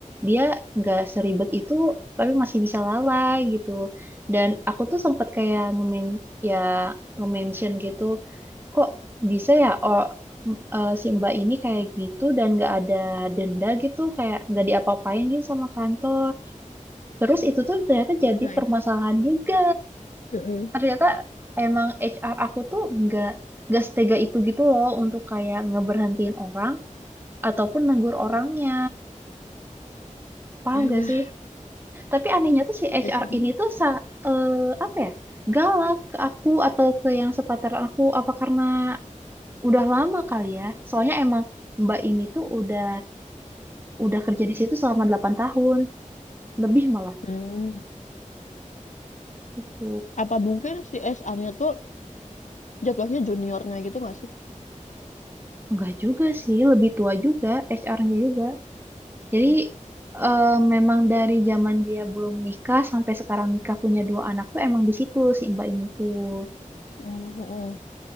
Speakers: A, on the right (about 15°); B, on the left (about 65°).
A: dia nggak seribet itu, tapi masih bisa lalai gitu. Dan aku tuh sempat kayak nge ya nge-mention gitu kok bisa ya oh, m- eh, si Mbak ini kayak gitu dan nggak ada denda gitu kayak nggak diapa-apain gitu sama kantor terus itu tuh ternyata
B: Keluarga
A: jadi
B: ya.
A: permasalahan juga
B: Mhm.
A: ternyata emang HR aku tuh nggak nggak setega itu gitu loh untuk kayak ngeberhentiin orang ataupun negur orangnya paham
B: Nah
A: gak
B: lah,
A: sih tapi anehnya tuh si
B: dasarnya.
A: HR ini tuh sa eh, apa ya galak ke aku atau ke yang sepantaran aku apa karena Udah lama kali ya. Soalnya emang Mbak ini tuh udah udah kerja di situ selama 8 tahun, lebih malah
B: Hmm.
A: gitu.
B: Apa mungkin si SR-nya tuh jatuhnya juniornya gitu nggak sih?
A: Enggak juga sih, lebih tua juga HR-nya juga. Jadi
B: Hmm.
A: eh, memang dari zaman dia belum nikah sampai sekarang nikah punya dua anak tuh emang di situ si Mbak ini tuh.
B: hmm.